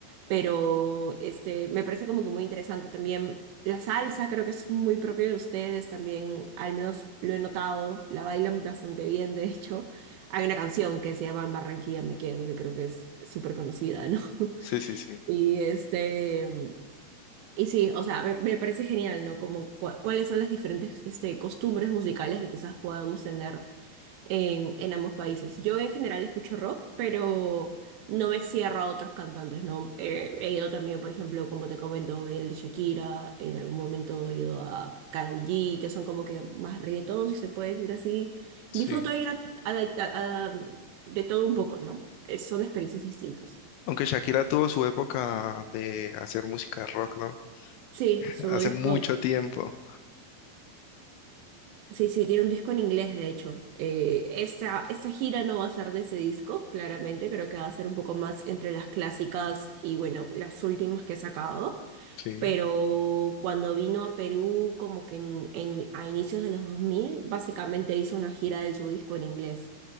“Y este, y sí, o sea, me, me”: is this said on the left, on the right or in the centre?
Right